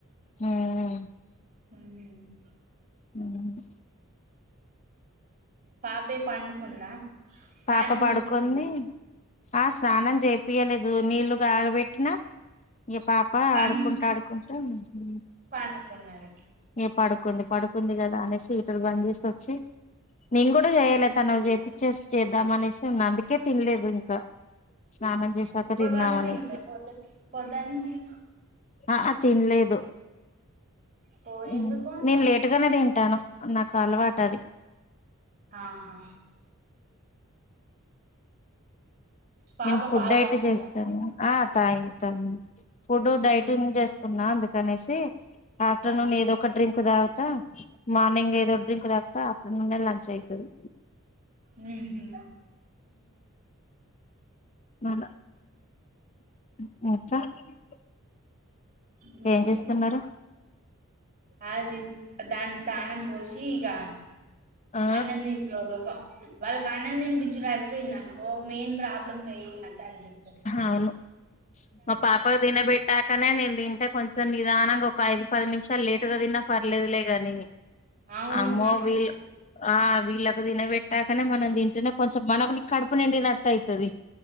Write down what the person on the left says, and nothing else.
మ్ మ్
అవును.
పాప పడుకుంది.
ఆ స్నానం చేపియలేదు నీళ్లు కాగబెట్టినా ఇగ పాప
ఆడుకుంటా ఆడుకుంటా మ్ హు
ఇగ పడుకుంది పడుకుంది గదా అనేసి హీటర్ బంద్ చేసొచ్చి నేను కూడా చేయలే
తనకి చేపిచ్చేసి చేద్దాం అనేసి ఉన్నా అందుకే తిన్లేదు ఇంకా స్నానం చేసాక
తిందామనేసి
ఆ ఆ తిన్లేదు.
మ్.
నేను లేటుగానే తింటాను నాక్ కలవాటది.
నేను ఫుడ్
డైట్
చేస్తాను.
ఆ తాగింది తను ఫుడ్
డైటింగ్ చేస్తున్నా అందుకనేసి ఆఫ్టర్నూన్
ఏదో ఒక డ్రింక్ తాగు తా మార్నింగ్ ఏదో
డ్రింక్ తాగుతా ఆఫ్టర్నూనే లంచ్ అయితది.
మళ్ళ <unintelligible>
ఏం చేస్తున్నారు
ఆ
అవును మా పాపకి తినబెట్టాకనే నేను తింటే కొంచెం నిదానంగా ఒక ఐదు పది నిమి షాలు లేటుగా తిన్నా పర్లేదులే గాని
అమ్మో
వీల్
ఆ వీళ్ళ తినబెట్టాకనే మనం తింటేనే కొంచెం మనుకుని కడుపు నిండినట్టయితది.